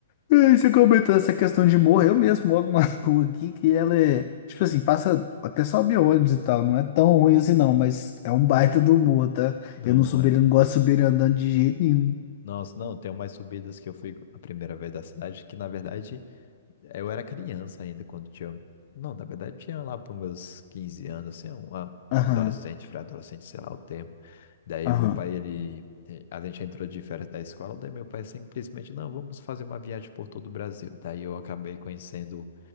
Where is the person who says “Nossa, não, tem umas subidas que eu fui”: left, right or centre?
Left